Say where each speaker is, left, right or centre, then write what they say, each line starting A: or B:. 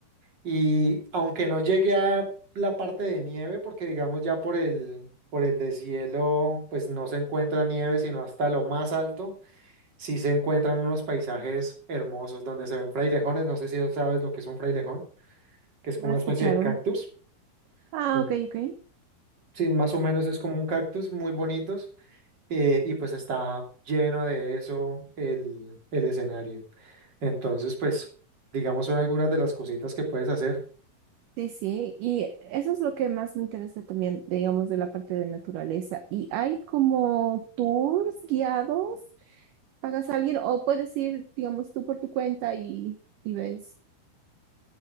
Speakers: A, on the right (about 30°); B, on the right (about 70°).
A: y aunque no llegué a la parte de nieve, porque digamos ya por el, por el deshielo, pues no se encuentra nieve, sino hasta lo más alto, sí se encuentran unos paisajes hermosos donde se ven frailejones, no sé si sabes lo que es un frailejón, que es
B: No
A: como
B: he
A: una
B: escuchado.
A: especie de cactus.
B: Ah,
A: Bueno.
B: ok, ok.
A: Sí, más o menos es como un cactus, muy bonitos. eh, y pues está lleno de eso el, el escenario. Entonces, pues, digamos, son algunas de las cositas que puedes hacer.
B: Sí, sí, y eso es lo que más me interesa también, digamos, de la parte de naturaleza. ¿Y hay como tours guiados pagas a alguien o puedes ir, digamos, tú por tu cuenta y, y ves.